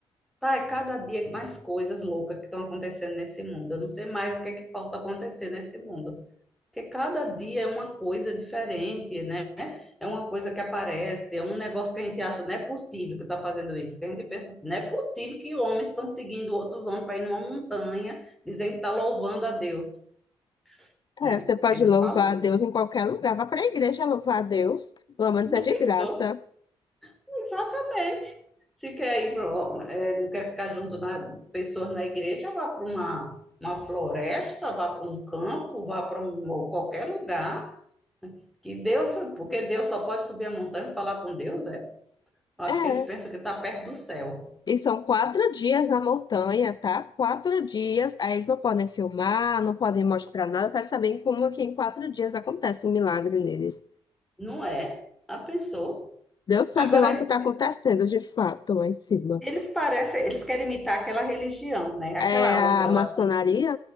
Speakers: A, in the centre; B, on the left (about 40°).
A: Tá, é cada dia é mais coisas loucas que estão acontecendo nesse mundo. Eu não sei mais o que é que falta acontecer nesse mundo. Porque cada dia é uma coisa diferente, né? É uma coisa que aparece, é um negócio que a gente acha, não é possível que está fazendo isso. Que a gente pensa assim, não é possível que homens estão seguindo outros homens para ir numa montanha, dizendo que está louvando a Deus, né?
B: É, você pode
A: Porque eles
B: louvar
A: falam isso.
B: a Deus em qualquer lugar, vá para a igreja louvar a Deus, pelo menos
A: Não
B: é de
A: pensou?
B: graça.
A: Exatamente. Se quer ir pro, é, não quer ficar junto na pessoas na igreja, vá para uma, uma floresta, vá para um campo, vá para um ou qualquer lugar. Que Deus, porque Deus só pode subir a montanha e falar com Deus, né? Eu Acho
B: É,
A: que eles pensam que está perto do céu.
B: E são quatro dias na montanha, tá? Quatro dias. Aí eles não podem filmar, não podem mostrar nada para saber como é que em quatro dias acontece um milagre neles.
A: Não é? Já pensou?
B: Deus sabe
A: Agora
B: lá o que está acontecendo de fato lá em cima.
A: eles parecem, eles querem imitar aquela religião, né? Aquela
B: É
A: outra
B: a
A: lá,
B: maçonaria?